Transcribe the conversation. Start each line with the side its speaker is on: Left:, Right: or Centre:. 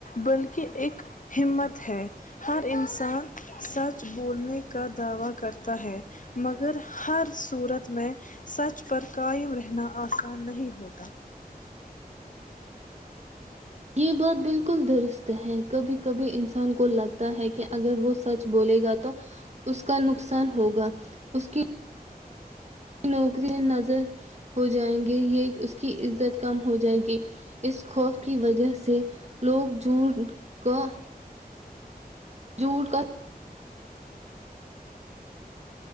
Left: بلکہ ایک <inaudible>
Right: یہ بات بالکل درست ہے کبھی کبھی ان سا ان کو لگتا ہے کہ اگر وہ سچ بولے گا تو اس کا نقصان ہوگا اس کی نوکریاں نظر ہو جائیں گے یہ اس کی عزت کم ہو جائے گی اس خوف کی وجہ سے لوگ جڑ کا جھوٹ کا